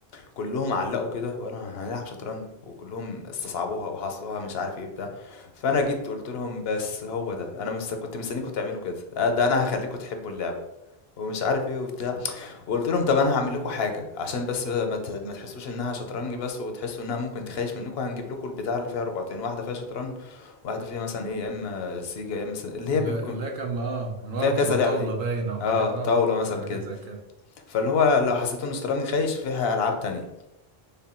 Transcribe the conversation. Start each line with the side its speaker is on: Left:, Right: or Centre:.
Left: كلهم علقوا كده وقالوا هنلعب شطرنج وكلهم استصعبوها وحصوها مش عارف ايه بتاع فأنا جيت قلت لهم بس هو ده أنا مش كنت مستنيكم تعملوا كده آه، ده أنا هخليكم تحبوا اللعبة ومش عارف ايه وبتاع وقلت لهم طب انا هعمل لكم حاجه عشان بس ما ت- ما تحسوش انها شطرنج بس وتحسوا انها ممكن تخيش منكم هنجيب لكم البتاع اللي فيها رقعتين واحده فيها شطرنج واحده فيها مثلا ايه يا اما سيجا يا اما س- اللي
Right: لا
Left: هي بيكون
Right: لا كان اه من ورا
Left: فيها
Right: بتبقى
Left: كذا لعبه
Right: طاولة
Left: دي
Right: باينة وحاجات
Left: اه
Right: اه
Left: طاوله مثلا
Right: بتبقى حاجات
Left: كده
Right: زي كده
Left: فاللي هو لو حسيتوا ان الشطرنج خايش فيها العاب تانية